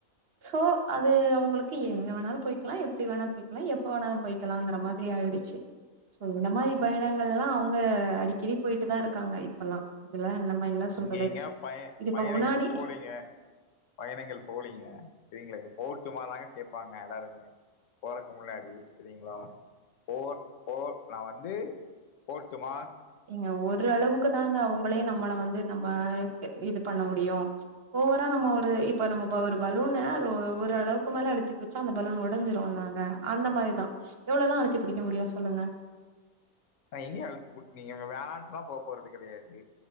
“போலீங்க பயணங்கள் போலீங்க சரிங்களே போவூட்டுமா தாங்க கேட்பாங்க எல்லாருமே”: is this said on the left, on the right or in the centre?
Left